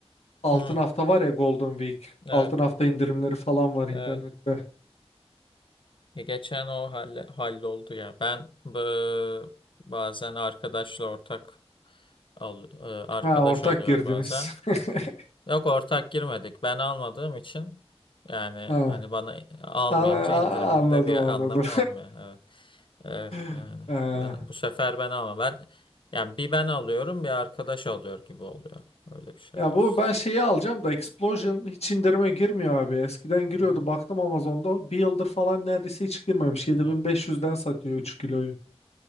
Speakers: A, on the left; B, on the left.
A: altın
B: Hı,
A: hafta var ya Golden Week.
B: evet,
A: Altın hafta indirimleri falan var internette.
B: evet. Ya geçen o halle, halloldu ya. Ben bı- bazen arkadaşla ortak al, e, arkadaş
A: Ha ortak
B: oluyor
A: girdiniz.
B: bazen.
A: <laughs>
B: Yok ortak girmedik. Ben almadığım için yani
A: Ha.
B: hani bana almayınca
A: A- a-
B: indiriminde
A: anladım
B: bir
A: anladım.
B: anlamı olmuyor. Evet. Evet yani
A: <laughs> Ha.
B: ben bu sefer ben ama ben yani bir ben alıyorum bir arkadaş alıyor gibi oluyor. Öyle bir şeyler
A: Ya bu
B: işte.
A: ben şeyi alacağım da Explosion hiç indirime girmiyor abi. Eskiden giriyordu
B: Evet.
A: baktım Amazon'da. Bir yıldır falan neredeyse hiç girmemiş. 7500'den
B: evet.
A: satıyor 3 kiloyu.